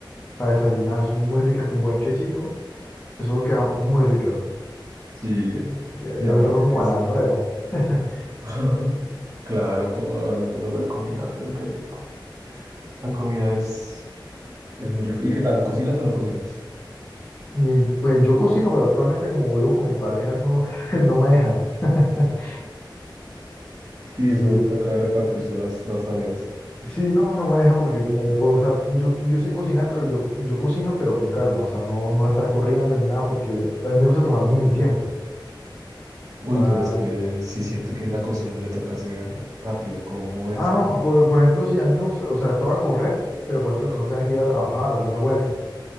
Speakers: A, on the left (about 25°); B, on the right (about 45°).
A: para desayunar, son muy ricas con buen quesito. Eso queda muy rica.
B: sí, eh,
A: Ya,
B: y
A: ya
B: aparte
A: me fue como
B: que
A: el
B: sí.
A: hambrero. <laughs>
B: <laughs> Claro, co- hablando solo de comida, pero qué rico. La comida es, es muy rico. ¿Y qué tal? ¿Cocinas o no cocinas?
A: Y pues yo cocino, pero actualmente como vivo con mi pareja, eso <laughs> no me deja. <laughs>
B: Sí,
A: Sí.
B: eso toca repartirse las, las tareas.
A: Sí, no, no me deja porque como puedo, o sea, yo, yo sé cocinar, pero yo, yo cocino, pero con calma, o sea, no, no de estar corriendo ni nada porque a mí me gusta tomarme mi tiempo. O
B: Uy,
A: sea,
B: pero es que sí siento que en la cocina uno le toca hacer rápido, como moverse,
A: ah, no,
B: ¿no?
A: por, por ejemplo, sí, a mí me gusta, o sea, todo a correr, pero por ejemplo, que uno tenga que ir a trabajar, alguna vuelta.